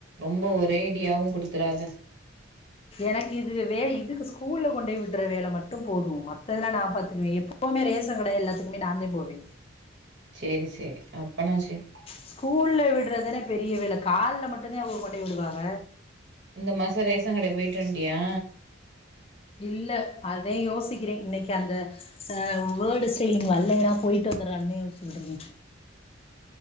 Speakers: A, on the right; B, on the left.
A: ரொம்ப ஒரேடியாவு குடுத்துறாத
B: எனக்கு இது வேல இதுக்கு ஸ்கூல்ல கொண்டேய் விட்ற வேல மட்டு போதும் மத்ததெல்லா நா பாத்துக்குவே எப்ப எப்பவுமே ரேஷன் கட எல்லாத்துக்குமே நா தே போவே
A: சேரி சேரி அப்பனா சேரி
B: ஸ்கூல்ல விட்றதென பெரிய வேல கால்ல மட்டுந்தே அவுக கொண்டோய் விடுவாக
A: இந்த மாச ரேசன் கட போயிட்டு வந்ட்டியா
B: இல்ல அதே யோசிக்கிறே இன்னைக்கு அந்த <unintelligible> வர்லேன்னா போயிட்டு வந்துறலான்னு யோசிச்சுக்டிரிக்கே